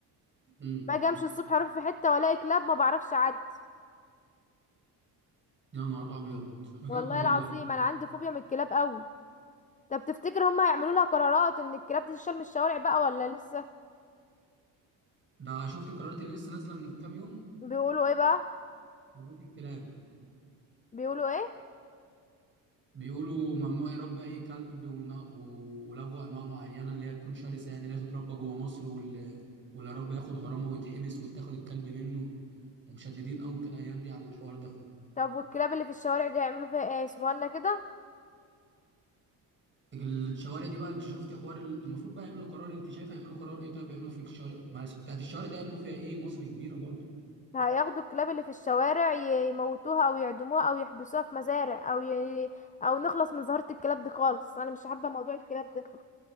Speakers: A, on the right (about 30°); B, on the left (about 20°).
A: امم
B: باجي امشي الصبح اروح في حته والاقي كلاب ما بعرفش اعدي
A: يا نهار ابيض بجد
B: والله
A: والله
B: العظيم انا عندي فوبيا من الكلاب قوي طب تفتكر هم هيعملوا لها قرارات ان الكلاب دي تشال من الشوارع بقى ولا لسه
A: ده شفت قرارات اللي لسه نازله من كام يوم
B: بيقولوا ايه بقى
A: تربيه الكلاب
B: بيقولوا ايه
A: بيقولوا ممنوع يربي اي كلب ون- و- ولغوا انواع معينه اللي هي تكون شرسه يعني اللي هي تتربى جوه مصر واللي واللي رب ياخد غرامه ويتحبس ويتاخد الكلب منه ومشددين قوي الايام دي على الحوار ده
B: طب والكلاب اللي في الشوارع دي هيعملوا فيها ايه سيبوها كده
A: الشوارع دي بقى انت شفتي حوار ال- المفروض بقى يعملوا قرار انت شايفه يعملوا قرار ايه طيب يعملوا في الشوارع معلش بتاعت الشوارع ده يعملوا فيها ايه مصر كبيره برضه
B: هياخدوا الكلاب اللي في الشوارع ي- يموتوها او يعدموها او يحبسوها في مزارع او ي... او نخلص من ظاهرة الكلاب دي خالص انا مش حابة موضوع الكلاب ده